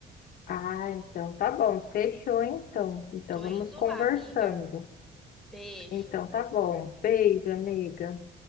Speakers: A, on the left; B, in the centre.
A: Ah, então tá bom. Fechou então. Então
B: Tô
A: vamos
B: indo
A: conversando.
B: lá, amiga. Beijo.
A: Então tá bom. Beijo, amiga.